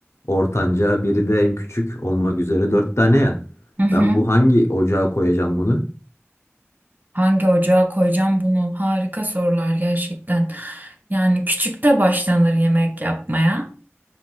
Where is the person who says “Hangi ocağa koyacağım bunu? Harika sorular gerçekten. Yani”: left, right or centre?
Right